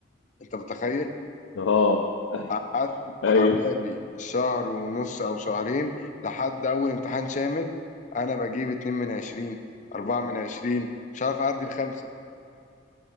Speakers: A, on the left; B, on the left.
A: أنت متخيل؟
B: اه <laughs>
A: قعدت حوالي
B: ايوه
A: شهر ونص أو شهرين لحد أول امتحان شامل أنا بجيب اتنين من عشرين أربعة من عشرين مش عارف أعدي الخمسة